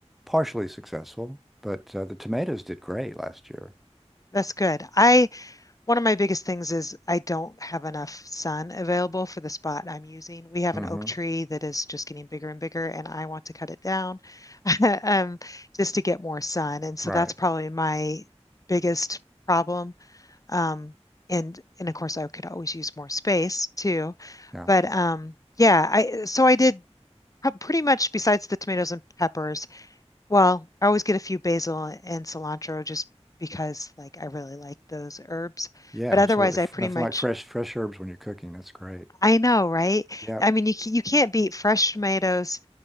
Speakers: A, in the centre; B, on the left.
A: partially successful, but uh, the tomatoes did great last year.
B: That's good. I one of my biggest things is I don't have enough sun available for the spot I'm using. We have
A: hmm
B: an oak tree that is just getting bigger and bigger, and I want to cut it down <laughs> um, just to get more sun. And so
A: Right.
B: that's probably my biggest problem Um, and and of course I could always use more space too.
A: Yeah.
B: But um, yeah, I so I did pretty much besides the tomatoes and peppers. Well, I always get a few basil and cilantro just because like I really like those herbs.
A: Yeah,
B: But
A: absolutely.
B: otherwise, I
A: F-
B: pretty
A: Nothing
B: much
A: like fresh fresh herbs when you're cooking. That's great.
B: I know, right?
A: Yep.
B: I mean, you ca- you can't beat fresh tomatoes